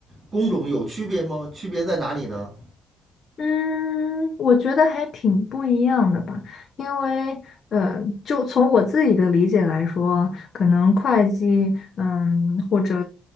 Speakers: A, on the right; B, on the left.
A: 工种有区别吗？区别在哪里呢？
B: 嗯，我觉得还挺不一样的吧，因为呃，就从我自己的理解来说，可能会计，嗯，或者